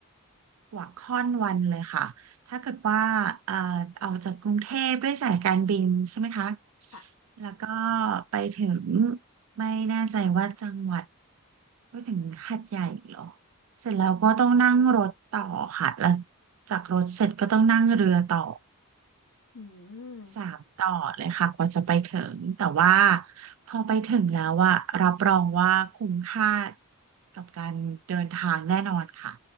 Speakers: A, on the right; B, on the left.
A: กว่าค่อนวันเลยค่ะ ถ้าเกิดว่าเอ่อออกจากกรุงเทพด้วยสายการบินใช่ไหมคะ
B: ค่ะ
A: แล้วก็ไปถึงไม่แน่ใจว่าจังหวัดไปถึงหาดใหญ่เหรอเสร็จแล้วก็ต้องนั่งรถต่อค่ะแล้วจากรถเสร็จก็ต้องนั่งเรือต่อ
B: อืม
A: สามต่อเลยค่ะกว่าจะไปถึงแต่ว่าพอไปถึงแล้วอะรับรองว่าคุ้มค่ากับการเดินทางแน่นอนค่ะ